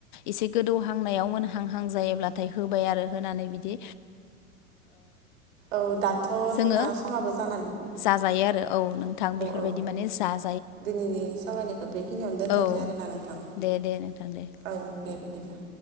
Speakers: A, on the left; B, on the right.
A: एसे गोदौहांनायाव मोनहांहां जायोब्लाथाय होबाय आरो होनानै बिदि
B: औ दाथ'
A: जोङो
B: जोंना समाबो जाबाय
A: जाजायो आरो औ नोंथां बेफोरबायदि
B: औ
A: माने जा
B: दिनैनि सावरायनायखौ बेखिनियावनो दोनथ'नोसै
A: औ
B: आरोना नोंथां
A: दे दे नोंथां दे
B: औ दे बिदि <inaudible>